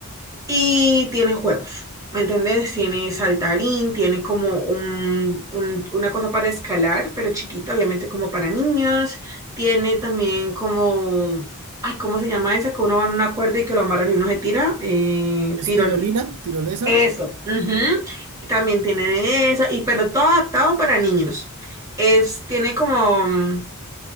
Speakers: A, on the right (about 15°); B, on the right (about 85°).
A: y tiene juegos, ¿me entiendes? Tiene saltarín, tiene como un, un- una cosa para escalar, pero chiquita, obviamente como para niños, tiene también como, ay, ¿cómo se llama esa? Que uno va en una cuerda y que lo amarran y uno se tira, eh,
B: ¿Es
A: tiro,
B: tirolina? ¿Tirolesa?
A: eso. ujú. También tiene de esa, y, pero todo adaptado para niños. Es, tiene como, mm,